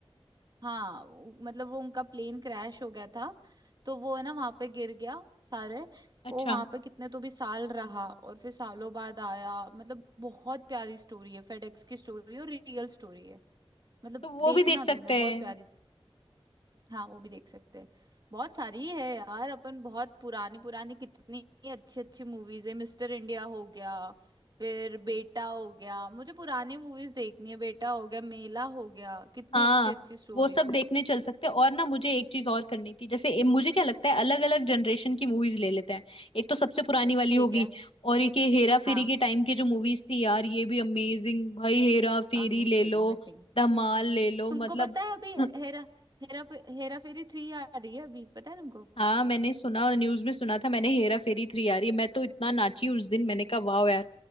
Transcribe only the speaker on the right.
हाँ वो- मतलब वो उनका प्लेन क्रैश हो गया था तो वो है ना वहां पे गिर गया सारे
वो वहां पे कितने तो भी साल रहा और फिर सालों बाद आया मतलब बहुत प्यारी स्टोरी है फेडेक्स की स्टोरी और रियल स्टोरी है मतलब
देखना
तुमने बहुत
प्यारी हाँ वो भी देख सकते हैं बहुत सारी है यार अपन बहुत पुरानी पुरानी कितनी अच्छी अच्छी मूवीज है मिस्टर इंडिया हो गया फिर बेटा हो गया मुझे पुरानी मूवीज देखनी है बेटा हो गया मेला हो गया कितनी
अच्छी अच्छी स्टोरीज
है
ठीक
है
हाँ
अमेजिंग
अमेजिंग
तुमको
पता है अभी
हेरा हेरा हेरा फेरी थ्री आ रही है अभी पता है तुमको